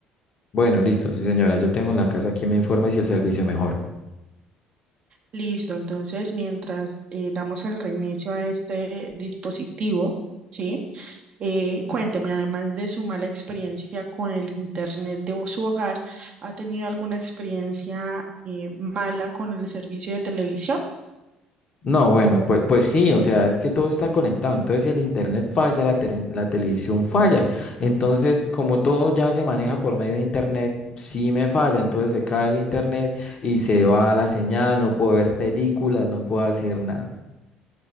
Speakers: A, on the left; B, on the right.
A: Bueno, listo, sí, señora, yo tengo en la casa quien me informe si el servicio mejora.
B: Listo, entonces mientras eh, damos el reinicio a este dispositivo, ¿sí? Eh, cuénteme, además de su mala experiencia con el internet de su hogar, ¿ha tenido alguna experiencia eh, mala con el servicio de televisión?
A: No, bueno, pues, pues sí, o sea, es que todo está conectado. Entonces, si el internet falla, la, ter- la televisión falla. Entonces, como todo ya se maneja por medio de internet, sí me falla. Entonces se cae el internet y se va la señal, no puedo ver películas, no puedo hacer nada.